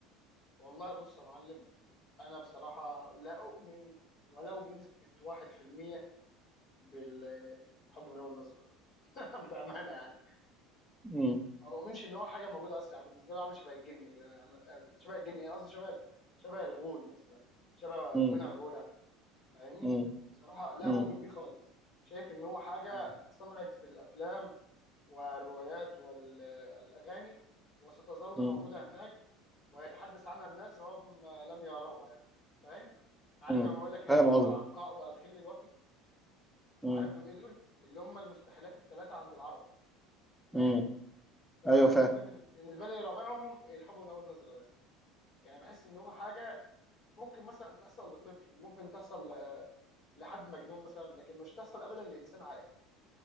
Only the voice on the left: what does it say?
والله بص يا معلم انا بصراحه لا اؤمن ولو بنسبه 1% بالحب من اول نظره ده <laughs> بامانه يعني
ما بؤمنش ان هو حاجه موجوده اصلا يعني بالنسبه له عامل شبه الجن كده أنا- شبه الجن ايه قصدي شبه شبه الغول مثلا شبه
امنا الغوله فاهمني
بصراحه لا
اؤمن بيه خالص شايف ان هو حاجه
اتصنعت في الافلام والروايات والاغاني وستظل
موجوده هناك ويتحدث عنها الناس وهم لم يروها يعني فاهم عارف
لما بقول لك الغول
والعنقاء والخل الوفي
عارف دول ايه دول اللي هم المستحيلات الثلاثه عند العرب فاهم
فدول
بالنز- بالنسبه لي رابعهم الحب من اول نظره ده يعني بحس ان هو حاجه ممكن مثلا تحصل لطفل ممكن تحصل ل- لحد مجنون مثلا لكن مش تحصل ابدا لانسان عاقل